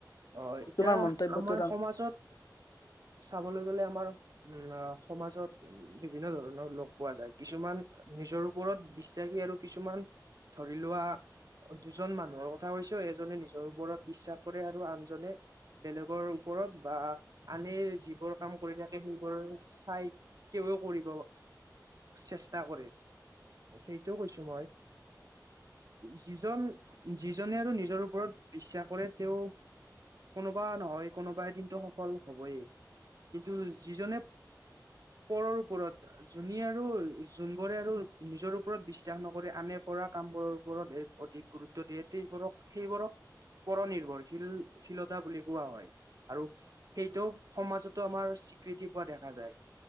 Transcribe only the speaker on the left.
তোমাৰ মন্তব্যটো
তাৰ